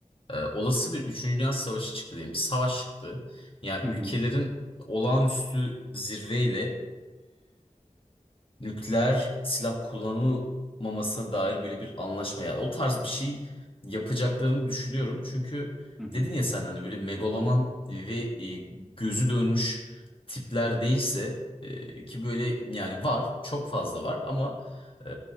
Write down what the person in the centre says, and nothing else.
Hı hı.
Hı hı.